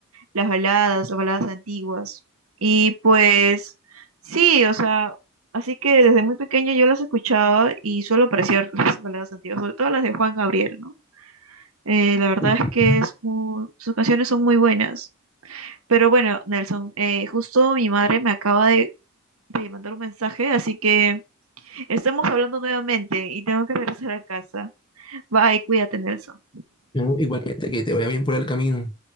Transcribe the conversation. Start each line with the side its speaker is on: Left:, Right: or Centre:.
Right: las baladas, las baladas antiguas. Y pues sí, o sea, así que desde muy pequeña yo las escuchaba y suelo apreciar <laughs> las baladas antiguas, sobre todo las de Juan Gabriel, ¿no? Eh, la verdad
Left: Ujú.
Right: es que es mu- sus canciones son muy buenas. Pero bueno, Nelson, eh, justo mi madre me acaba de, de mandar un mensaje, así que estamos hablando nuevamente y tengo que regresar a casa. Bye, cuídate, Nelson.
Left: No, igualmente, que te vaya bien por el camino.